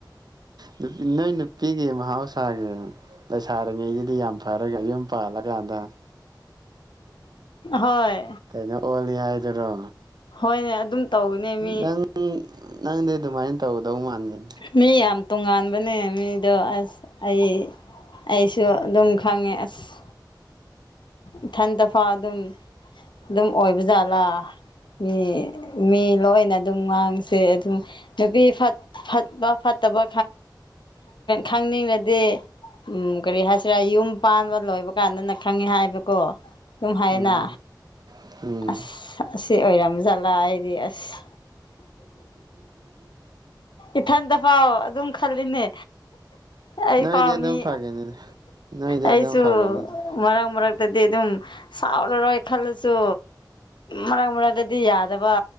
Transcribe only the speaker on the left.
ꯍꯣꯏ
ꯍꯣꯏꯅꯦ ꯑꯗꯨꯝ ꯇꯧꯕꯅꯦ ꯃꯤ
ꯃꯤ ꯌꯥꯝ ꯇꯣꯉꯥꯟꯕꯅꯦ ꯃꯤꯗꯣ ꯑꯁ ꯑꯩ ꯑꯩꯁꯨ ꯑꯗꯨꯝ ꯈꯪꯉꯦ ꯑꯁ ꯏꯊꯟ ꯇꯐꯥ ꯑꯗꯨꯝ ꯑꯗꯨꯝ ꯑꯣꯏꯕꯖꯥꯠꯂꯥ ꯃꯤ ꯃꯤ ꯂꯣꯏꯅ ꯑꯗꯨꯝ ꯉꯥꯡꯁꯦ ꯑꯗꯨꯝ ꯅꯨꯄꯤꯠ ꯐꯠꯄ ꯐꯠꯇꯕ ꯈꯪꯅꯤꯡꯉꯗꯤ ꯎꯝ ꯀꯔꯤ ꯍꯥꯏꯁꯤꯔꯥ ꯌꯨꯝ ꯄꯥꯟꯕ ꯂꯣꯏꯕ ꯀꯥꯟꯗꯅ ꯈꯪꯉꯤ ꯍꯥꯏꯕ ꯑꯗꯨꯀꯣ ꯑꯗꯨꯝ ꯍꯥꯏꯌꯦꯅ
ꯑꯁ ꯑꯁꯤ ꯑꯣꯏꯔꯝꯖꯠꯂꯥ ꯑꯩꯗꯤ ꯑꯁ ꯏꯊꯟꯇꯐꯥꯎ ꯑꯗꯨꯝ ꯈꯜꯂꯤꯅꯦ ꯑꯩ
ꯄꯥꯝꯃꯤ
ꯑꯩꯁꯨ
ꯃꯔꯛ ꯃꯔꯛꯇ ꯗꯤ ꯑꯗꯨꯝ ꯁꯥꯎꯔ ꯔꯦ ꯈꯜꯂꯁꯨ ꯃꯔꯛ ꯃꯔꯛꯇꯗꯤ ꯌꯥꯗꯕ